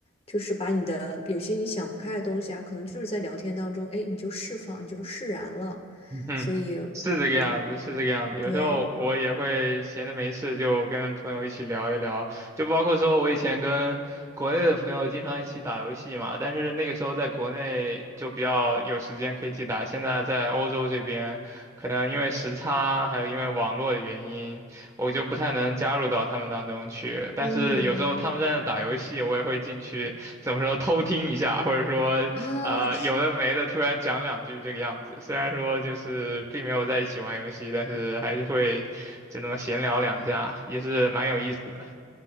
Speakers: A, on the left; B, on the right.
A: 就是把你的有些你想不开的东西啊，可能就是在聊天当中，哎，你就释放，你就释然了。
B: 嗯哼，
A: 所以，
B: 是这个样子，
A: 嗯，
B: 是这个样子。有时候我也会闲着没事就跟朋友一起聊一聊，
A: 对，
B: 就包括说我以前跟国内的朋友经常一起打游戏嘛，但是那个时候在国内就比较有时间可以去打，现在在欧洲这边，可能因为时差，还有因为网络的原因，我就不太能加入到他们当中去。但是有时候他们在那打游戏，
A: 嗯，
B: 我也会进去。怎么说偷听一下，或者说啊、
A: 啊，这
B: 呃有的没的突然讲两句这个样子。虽然说就是并没有在一起玩游戏，但是还是会就那么闲聊两下，也是蛮有意思的。